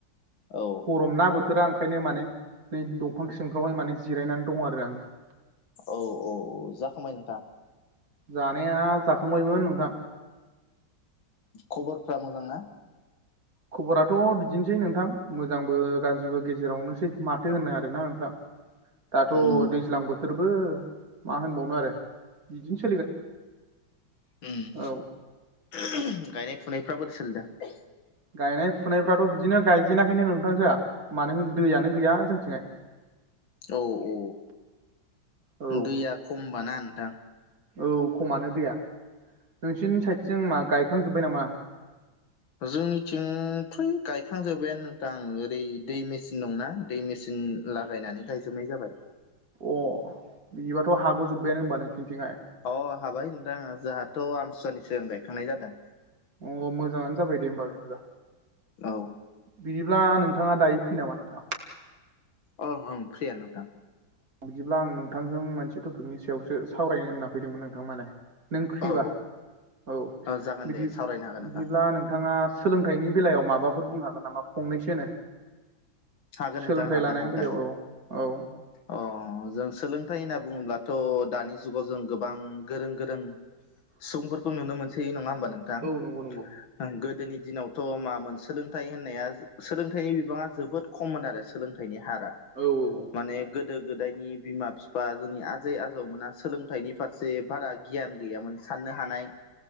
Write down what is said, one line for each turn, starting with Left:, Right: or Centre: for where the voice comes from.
Left: औ
Right: गरम ना ब बोथोरा ओंखायनो माने नै दंफां सिंफ्रावहाय माने जिरायनानै दङ आरो आङो
Left: औ औ औ जाखांबाय नोंथां
Right: जानाया जाखांबायमोन नोंथां
Left: खबरफ्रा मोजां ना
Right: खबराथ' बिदिनोसै नोंथां मोजांबो गाज्रिबो गेजेरावनोसै माथो होनो आरोना नोंथां दाथ'
Left: उम
Right: दैज्लां बोथोरबो मा होनबावनो आरो बिदिनोस
Left: गायनाय
Right: औ
Left: फुनायफ्राबोरै सोलिदोंो
Right: गायनाय फुनायफ्राथ' बिदिनो गायजेनाखैनो नोंथांजोआ मानो होन दैयानो गैया जोंथिंङाय
Left: औ औ
Right: औ
Left: दैया खमबाना नोंथां
Right: औ खमानो दैैया नोंसिोरनि साइडथिं मा गायखांजोब्बाय नामा
Left: जोंनिथिं फ्राय गायखांजोब्बायानो नोंथां ओरै दै मेसिन दंना दै मेसिन लागायनानै गायजोबनाय जाबाय।
Right: अ बिबाथ' हाग'जोब्बायानो होनबा नोंसििनिथिंहाय।
Left: अ हाबाय नथा जाहाथ। थ' आमसुनिस गायखांनाय जादों।
Right: उम अ मोजाङानो जाबाय दे होमबा बिदिबा
Left: औ।
Right: बिदिब्ला नोंथाङा दायो फै नामा नोंथाङा।
Left: ओं ओ फ्रिय नोंथां।
Right: बिदिब्ला आं नोंथांजों मोनसे टपिकनि सायावसो सावरायनो होनना फैदोंमोन नोंथां माने नों फ्रिबा
Left: औ
Right: औ।
Left: जागोन
Right: बिदि
Left: दे सावरायनो हागोन
Right: बिदिब्ला
Left: नोंथां
Right: नोंथाङा सोलोंथाइनि बेलायाव माबाफोर बुंनो हागोन नामा‌। फंनैसोनो
Left: हागोन
Right: सोलोंथाइ
Left: नोंथां हागोन
Right: लानायनि
Left: हागोन
Right: बेलायाव औ औ।
Left: अ जों सोलोंथाइ होनना बुङोब्लाथ' दानि जुगाव जों गोबां गोरों गोरों
Right: <inaudible>
Left: सुबुंफोरखौ नुनो मोनसैै नङा होमबा नोंथां।
Right: औ नंगौ नंगौ
Left: गोदोनि दिनावथ' मामोन सोलोंथाइ होननाया सोलोंथाइनि बिबाङा जोबोद खममोन आरो सोलोंथाइनि हारा
Right: औ औ औ।
Left: माने गोदो गोदायनि बिमा बिफा जोंनि आजै आजौमोना सोलोंथाइनि फारसे जे बारा गियान गैयामोन साननो हानाय